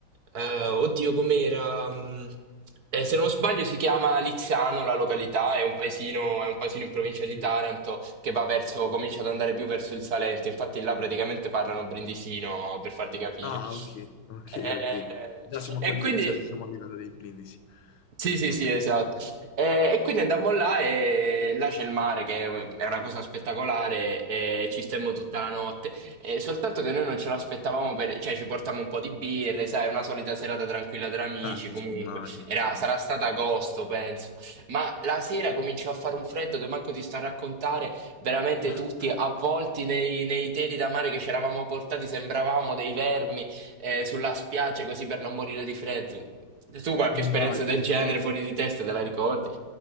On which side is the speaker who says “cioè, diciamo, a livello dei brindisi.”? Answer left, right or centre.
Left